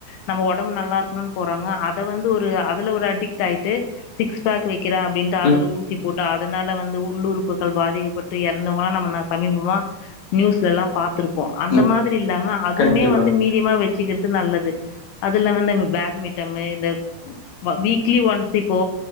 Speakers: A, on the left; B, on the left.
A: நம்ம ஒடம்பு நல்லா இருக்கணுனு போறாங்க அத வந்து அதுல ஒரு அடிக்ட் ஆயிட்டு சிக்ஸ் பேக் வக் கிற அப்டின்ட்டு அது
B: ம்
A: ஊசி போட் டு அதனால வந்து உள்ளுறுப்புகள் பாதிக்கப்பட்டு எறந்தவங்கள நம்ம ந சமீபமா நியூஸ்லலா பாத்துரு ப்போ அந்த
B: ம்,
A: மாதிரி இல்லாம அதுமே
B: கண்டிப்பா
A: வந்து மீடியமா வெ சீக்கரது நல்லது அதுல்லாம இந்த பேட்மிட்டமு இந்த வ வீக்லி ஒன்ஸ் இப்போ